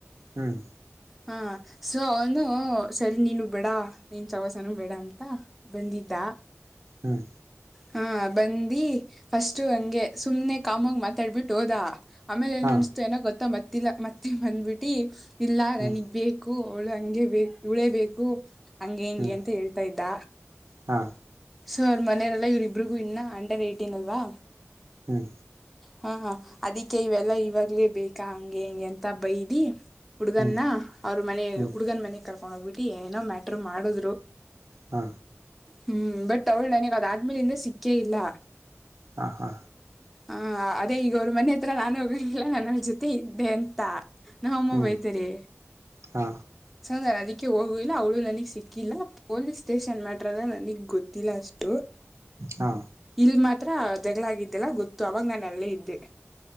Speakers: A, on the right; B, in the centre.
A: ಹ್ಮ್.
B: ಹಾ ಸೊ ಅವನು ಸರಿ ನೀನು ಬೇಡ ನೀನ್ ಸವಾಸನು ಬೇಡ ಅಂತ. ಬಂದಿದ್ದ.
A: ಹ್ಮ್.
B: ಹಾ ಬಂದಿ ಫಸ್ಟು ಹಂಗೆ ಸುಮ್ನೆ ಕಾಮಾಗ ಮಾತಾಡ್ಬಿಟ್ಟು ಹೋದ. ಆಮೇಲೆ ಏನ
A: ಹಾ
B: ಅನಿಸ್ತೋ ಏನೋ ಗೊತ್ತಾ ಮತ್ತಿಲ್ಲ ಮತ್ತೆ ಬಂದ್ಬಿಟ್ಟಿ ಇಲ್ಲಾ
A: ಹ್ಮ್
B: ನನಗ್ ಬೇಕ ಅವ್ಳು ಹಂಗೆ ಬೆಕ್ ಇವಳೇ ಬೇಕು ಹಂಗೆ ಹಿಂಗೆ
A: ಹ್ಮ್
B: ಅಂತ ಹೇಳ್ತಾ ಇದ್ದ
A: ಹಾ.
B: ಸೊ ಅವ್ರ ಮನೆಯರೆಲ್ಲ ಇವ್ರ ಇಬ್ರರಿಗೂ ಇನ್ನ ಅಂಡರ್ ಏಟೀನ್ ಅಲ್ವಾ
A: ಹ್ಮ್.
B: ಹಾ ಹ ಅದಿಕ್ಕೆ ಇವೆಲ್ಲಾ ಇವಾಗ್ಲೇ ಬೇಕಾ ಹಂಗೆ ಹಿಂಗೆ ಅಂತ ಬೈದಿ. ಹುಡ್ಗನ್ನ
A: ಹ್ಮ್
B: ಅವ್ರ ಮನೆ
A: ಹ್ಮ್
B: ಹುಡುಗನ ಮನೆಗ್ ಕರ್ಕೊಂಡು ಹೋಗ್ಬಿಟ್ಟು ಏನೋ ಮ್ಯಾಟ್ರ್ ಮಾಡಿದ್ರು.
A: ಹಾ.
B: ಹ್ಮ್ ಬಟ್ ಅವ್ಳು ನನಗ್ ಅದಾದ್ಮೇಲಿಂದ ಸಿಕ್ಕೇ ಇಲ್ಲ.
A: ಹಾ ಹಾ.
B: ಹ ಅದೇ ಈಗ ಅವ್ರ ಮನೆ ಹತ್ರ ನಾನು ಹೋಗಲಿಲ್ಲ ನಾನ್ ಅವಳ್ ಜೊತೆ ಇದ್ದೆ ಅಂತ ನಮ್ಮಮ್ಮಾ
A: ಹ್ಮ್
B: ಬೈತೆರೆ
A: ಹಾ
B: ಸೊ ಅದಕ್ಕೆ ಹೋಗು ಇಲ್ಲ ಅವಳು ನನಗ್ ಸಿಕ್ಕಿಲ್ಲ ಪೊಲೀಸ್ ಸ್ಟೇಷನ್ ಮ್ಯಾಟ್ರಂದ್ರ ನನಗ್ ಗೊತ್ತಿಲ್ಲ ಅಷ್ಟ <inaudible>
A: ಹಾ.
B: ಇಲ್ ಮಾತ್ರ ಜಗಳಾಗಿದ್ದೆಲ್ಲ ಗೊತ್ತು ಅವಾಗ್ ನಾನ್ ಅಲ್ಲೇ ಇದ್ದೆ.